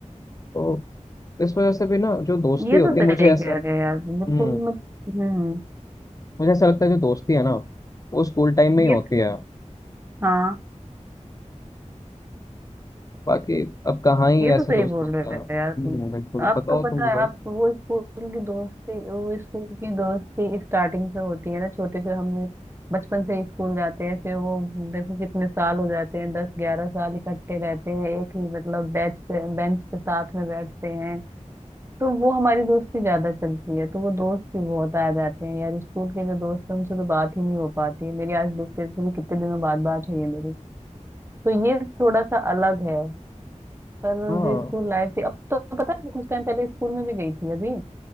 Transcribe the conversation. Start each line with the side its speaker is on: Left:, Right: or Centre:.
Left: तो इस वजह से भी ना जो दोस्ती
Right: ये
Left: होती
Right: तो सही
Left: है मुझे ऐसा
Right: कह रहे हो यार बिल्कुल
Left: हम्म
Right: मत हम्म
Left: मुझे ऐसा लगता है जो दोस्ती है ना वो स्कूल टाइम में ही
Right: ये
Left: होती है
Right: हाँ
Left: बाकी अब कहाँ ही
Right: ये
Left: ऐसे
Right: तो सही
Left: दोस्त
Right: बोल
Left: मिलते
Right: रहे
Left: हैं
Right: हो
Left: हम्म,
Right: यार तुम
Left: बिल्कुल
Right: अब
Left: बताओ
Right: तो पता
Left: तुम बताओ
Right: है अब तो वो स्कूल की दोस्ती वो स्कूल की दोस्ती स्टार्टिंग से होती है ना छोटे से हम बचपन से ही स्कूल जाते हैं फिर वो देखो कितने साल हो जाते हैं दस ग्यारह साल इकट्ठे रहते हैं एक ही मतलब बेंच पे बेंच पे साथ में बैठते हैं तो वो हमारी दोस्ती ज्यादा चलती है तो वो दोस्त भी बहुत आ जाते हैं यार स्कूल के जो दोस्त हैं उनसे तो बात ही नहीं हो पाती है मेरी आज देखते भी कितने दिनों बाद बात हुई है मेरी तो ये थोड़ा सा अलग है पर
Left: हाँ
Right: जो स्कूल लाइफ थी अब तो पता है मैं कुछ टाइम पहले स्कूल में भी गई थी अभी